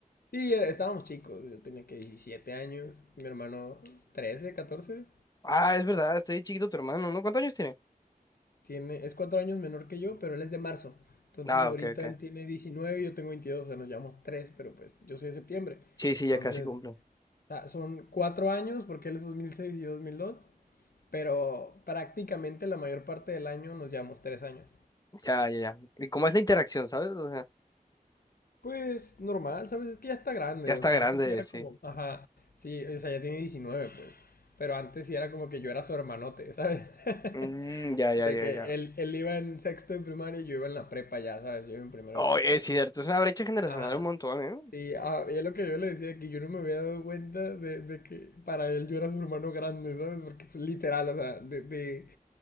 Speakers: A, on the left (about 85°); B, on the left (about 25°).
A: Sí, eh, estábamos chicos, yo tenía que 17 años, mi hermano trece 14
B: Ah, es verdad, está bien chiquito tu hermano, ¿no? ¿Cuántos años tiene?
A: tiene, es 4 años menor que yo, pero él es de marzo, entonces
B: Ah,
A: ahorita
B: ok, ok.
A: él tiene 19 y yo tengo veintidós o sea, nos llevamos tres pero pues yo soy de septiembre,
B: Sí, sí,
A: entonces
B: ya casi cumple.
A: o sea, son 4 años, porque él es 2006 y yo 2002, pero prácticamente la mayor parte del año nos llevamos 3 años.
B: Ya, ya, ya. ¿Y cómo es la interacción, sabes? O sea,
A: Pues normal, ¿sabes? Es que ya está grande,
B: ya está
A: o sea,
B: grande,
A: antes sí era
B: sí.
A: como, ajá, sí, o sea, ya tiene 19 pues, pero antes sí era como que yo era su hermanote, ¿sabes? <laughs>
B: Mm, ya, ya,
A: De
B: ya,
A: que
B: ya.
A: él, él iba en sexto de primaria y yo iba en la prepa ya, ¿sabes? Yo iba en primero
B: Oh,
A: de prepa.
B: es cierto, es una brecha generacional
A: Ajá.
B: un montón, ¿eh?
A: Sí, ah, y es lo que yo le decía, que yo no me había dado cuenta de, de que para él yo era su hermano grande, ¿sabes? Porque pues, literal, o sea, de, de,